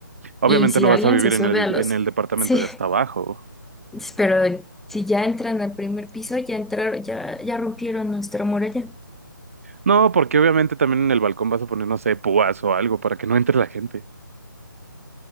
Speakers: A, on the right (about 40°); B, in the centre.
A: Obviamente
B: Y si
A: no
B: alguien
A: vas a vivir
B: se sube
A: en el,
B: a
A: edif-
B: los,
A: en el departamento
B: sí,
A: de hasta abajo.
B: <laughs> pero si ya entran al primer piso, ya entraron, ya, ya rompieron nuestra muralla.
A: No, porque obviamente también en el balcón vas a poner, no sé, púas o algo para que no entre la gente.